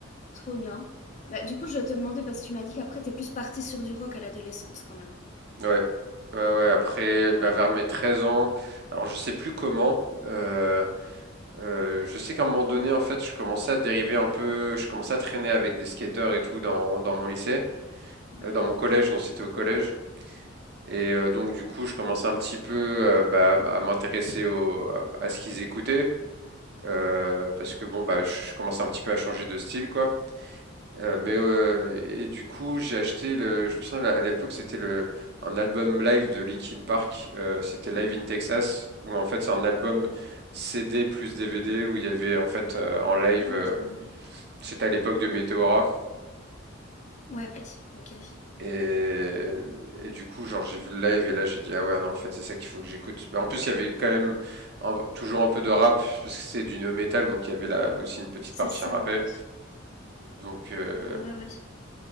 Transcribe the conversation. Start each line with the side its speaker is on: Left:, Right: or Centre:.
Left: Trop bien. Bah, du coup, je vais te demander, parce que tu m'as dit qu'après, t'es plus partie sur du rock à l'adolescence quand même.
Right: Ouais, ouais, ouais. Après,
Left: Ouais.
Right: bah, vers mes 13 ans, alors je sais plus comment. euh, euh, je sais qu'à un moment donné, en fait, je commençais à dériver un peu. Je commençais à traîner avec des skateurs et tout dans, dans mon lycée,
Left: Ouais.
Right: euh, dans mon collège. Non, c'était au collège. Et euh, donc, du coup, je commençais un petit peu euh, bah, à m'intéresser au- à, à ce qu'ils écoutaient. euh, parce que bon, bah, je commençais un petit peu à changer de style, quoi. Euh, mais euh, et du coup, j'ai acheté le. Je me souviens à l'époque, c'était le un album live de Linkin Park. euh, c'était Live in Texas, où en fait c'est un album CD plus DVD où il y avait en fait euh, en live.
Left: Ah,
Right: euh,
Left: génial.
Right: c'était à l'époque de Meteora.
Left: Ouais, ok.
Right: Et, et du coup, genre j'ai vu le live et là j'ai dit ah ouais non en fait c'est ça qu'il faut que j'écoute. Mais en plus il y avait quand même un- toujours un peu de rap parce que c'est du no metal donc il y avait là aussi une petite
Left: C'est
Right: partie
Left: ça,
Right: rappée.
Left: ouais.
Right: Donc euh,
Left: Ouais, ouais.